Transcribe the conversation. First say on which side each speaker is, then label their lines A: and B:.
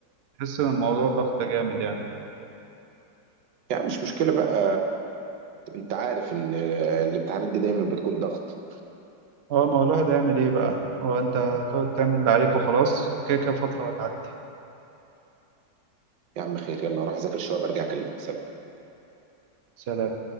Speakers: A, on the right (about 60°); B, on the right (about 85°).
A: تحس ان الموضوع ضغط جامد يعني
B: يعني مش مشكلة بقى انت عارف ان الامتحانات دي دايما بتكون ضغط
A: اه ما هو الواحد هيعمل ايه بقى هو انت تقعد تعمل اللي عليك وخلاص وكده كده فترة هتعدي
B: يا عم خير يلا اروح اذاكر شوية برجع اكلمك سلام
A: سلام